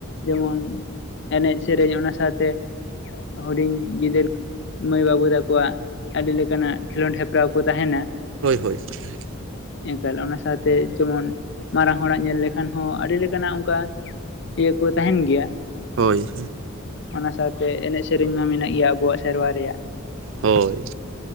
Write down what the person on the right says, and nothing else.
ᱦᱳᱭ ᱦᱳᱭ ᱦᱳᱭ᱾
ᱦᱳᱭ।
ᱦᱳᱭ।